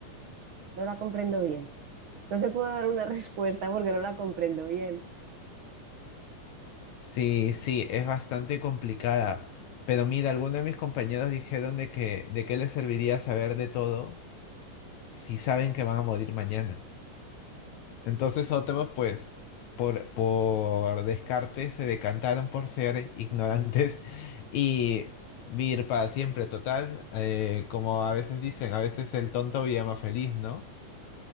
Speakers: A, on the right; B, on the left.
A: No la comprendo bien. No te puedo dar una <laughs> respuesta porque no la comprendo bien.
B: Sí, sí, es bastante complicada. Pero mira, algunos de mis compañeros dijeron de que, ¿de qué les serviría saber de todo si saben que van a morir mañana? Entonces otros, pues, por, por descarte se decantaron por ser ignorantes <laughs> y vivir para siempre, total. eh, como a veces dicen, a veces el tonto vive más feliz, ¿no?